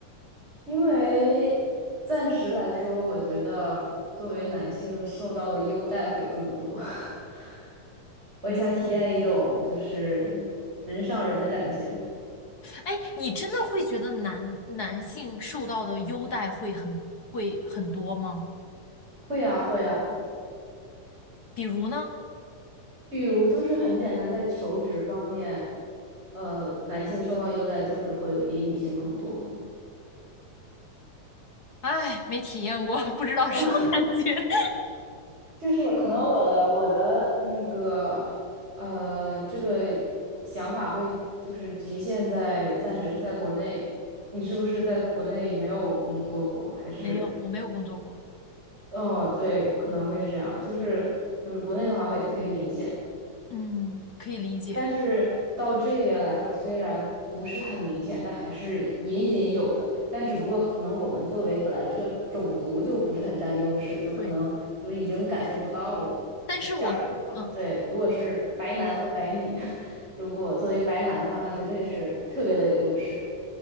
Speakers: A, on the right; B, on the left.
A: 因为暂时来说，我觉得作为男性受到的优待会更多。<laughs> 我也想体验一种就是人上人的感觉。
B: 嗯，哎，你真的会觉得男男性受到的优待会很会很多吗？
A: 会啊，会啊，
B: 比如呢？
A: 比如就是很简单，在求职方面，呃，男性受到优待就是会比女性更多。
B: 哎，没体验过，不知道什么感觉。
A: <laughs>
B: <laughs>
A: 就是可能我的我的那个呃，这个想法会就是局限在暂时是在国内。你是不是在国内没有工作过？还是
B: 没有，我没有工作过。
A: 哦，对，可能会是这样。就是就是国内的话会特别明显，
B: 嗯，可以理解。
A: 但是到这边来说，虽然不是很明显，但还是隐隐有的。但只不过可能我们作为本来这个种族就不是很占优势，就可能就是已经感受不到了。
B: 对，但是我跟你嗯。
A: 假如说，对，如果是白男和白女，<laughs> 如果作为白男的话，那绝对是特别的有优势。